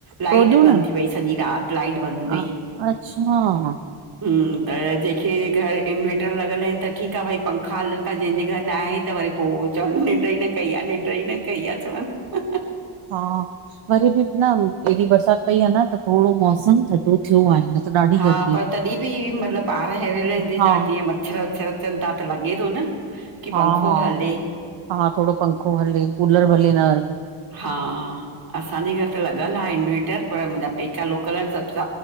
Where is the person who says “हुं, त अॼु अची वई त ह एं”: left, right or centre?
Right